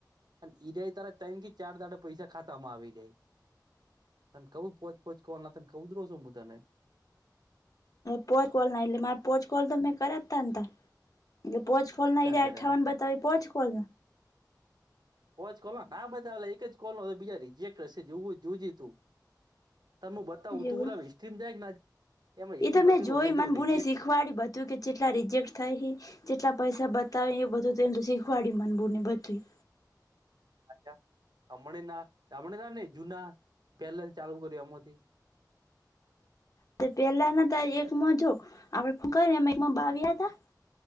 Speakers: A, on the right; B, on the left.
A: અને ઈડય તારા તન થી ચાર દાડે પૈસા ખાતામાં આવી જાય. તને કવું પોચ પોચ કોન હતા કઉં તો રુ મું તને
B: પોય કોલ ના એટલે મારે પોચ કોલ તો મેં કર્યા જ તાને તા એટલે પોચકોલ ના
A: ચાર
B: ઈયરા
A: કર્યા
B: અઠાવન
A: હતા
B: બતાવે ઈ પોચકોલના?
A: પોચકોલના ના બતાવે અલા એક જ કોલ હશે બીજા રિજેક્ટ હશે જોવું હોય તો જોજે તું તને મું બતાવું
B: ના
A: તું
B: એવું
A: ઓલા હિસ્ટ્રીમ જાય કે ના એમાં હિસ્ટ્રીમાં
B: એ તો મેં
A: લખેલું
B: જોઈ
A: હશે
B: મને
A: જો રિજેક્ટ
B: બુને શીખવાડી બધું કે જેટલા રિજેક્ટ થાય હે જેટલા પૈસા બતાવે એ બધું તો એમતો શીખવાડ્યું મન બૂને બધું
A: અચ્છા અમણીના દામણીના ની જુના પેલેથી ચાલુ કર્યું એમાંથી
B: પણ પેલા ના તો આ એકમાં જો આપડે હું કઈ એકમાં બાવી હતા.